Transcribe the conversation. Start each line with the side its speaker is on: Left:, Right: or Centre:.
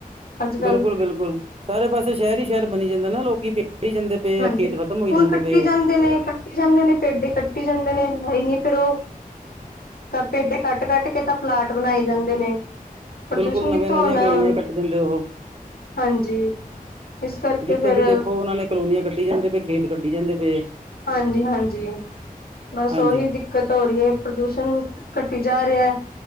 Left: ਅੱਜ ਕੱਲ
Right: ਬਿਲਕੁਲ, ਬਿਲਕੁਲ ਸਾਰੇ ਪਾਸੇ ਸ਼ਹਿਰ ਹੀ ਸ਼ਹਿਰ ਬਣੀ ਜਾਂਦਾ ਨਾ ਲੋਕੀ ਪ ਜਾਂਦੇ। ਪਏ
Left: ਹਾਂਜੀ
Right: ਆ ਖੇਤ ਖਤਮ ਹੋਈ
Left: ਹੁਣ
Right: ਜਾਂਦੇ
Left: ਕੱਟੀ
Right: ਪਏ
Left: ਜਾਂਦੇ
Right: ਆ
Left: ਨੇ ਕੱਟੀ ਜਾਂਦੇ ਨੇ ਪੇਡ ਕੱਟੀ ਜਾਂਦੇ ਨੇ ਹੈ ਨਹੀਂ ਫੇਰ ਉਹ। ਪੇਡ ਕੱਟ ਕੱਟ ਕੇ ਤਾਂ ਪਲਾਟ ਬਣਾਈ ਜਾਂਦੇ ਨੇ। ਪ੍ਰਦੂਸ਼ਣ
Right: ਬਿਲਕੁਲ ਨਵੀਆਂ
Left: ਕਿੱਥੋਂ
Right: ਨਵੀਆਂ
Left: ਹੋਣਾ
Right: ਕਲੋਨੀਆਂ
Left: ਹੁਣ।
Right: ਕੱਟ ਦਿੰਦੇ ਉਹ
Left: ਹਾਂਜੀ ਇਸ ਕਰਕੇ
Right: ਜਿੱਥੇ
Left: ਫੇਰ।
Right: ਵੀ ਦੇਖੋ ਉਹਨਾਂ ਨੇ ਕਲੋਨੀਆਂ ਕੱਢੀ ਜਾਂਦੇ ਪਏ ਖੇਤ ਕੱਟੀ ਜਾਂਦੇ ਪਏ।
Left: ਹਾਂਜੀ, ਹਾਂਜੀ ਬਸ
Right: ਹਾਂਜੀ
Left: ਓਹੀ ਜੀ। ਦਿੱਕਤ ਹੋ ਰਹੀ ਹੈ ਪ੍ਰਦੂਸ਼ਣ ਘਟੀ ਜਾ ਰਿਹਾ ਹੈ।